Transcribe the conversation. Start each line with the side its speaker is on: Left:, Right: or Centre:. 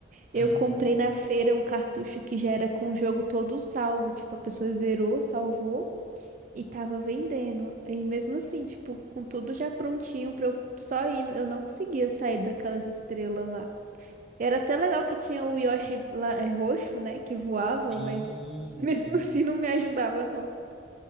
Right: eu
Centre: Uhum.
Right: comprei na feira um cartucho que já era com o jogo todo salvo. Tipo, a pessoa zerou, salvou e tava vendendo. E mesmo assim, tipo, com tudo já prontinho pra eu só ir, eu não conseguia sair daquelas estrelas lá. Era até legal que tinha o Yoshi lá, é, roxo, né, que voava,
Centre: Sim,
Right: mas <laughs> mesmo
Centre: sim.
Right: assim não me ajudava, não.